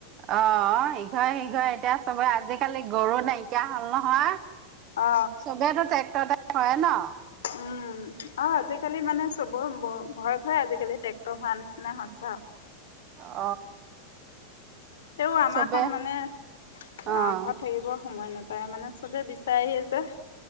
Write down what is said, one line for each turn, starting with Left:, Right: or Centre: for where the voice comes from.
Right: অ' সিঘৰ সিঘৰ এতিয়া চবে আজিকালি গৰু নাইকিয়া হ'ল নহয়।
Left: অ
Right: চবেইটো ট্ৰেক্টৰ এটা হয় ন।
Left: উম আৰু আজিকালি মানে চবৰ ঘৰে ঘৰে আজিকালি ট্ৰেক্টৰ হোৱা নিচিনা হৈছে।
Right: অ'
Left: তেওঁ আমাৰ
Right: চবে
Left: খন মানে আহ
Right: অ'
Left: ঘৰত থাকিবৰ সময় নাপায়। পায় মানে চবে বিচাৰিয়ে যে।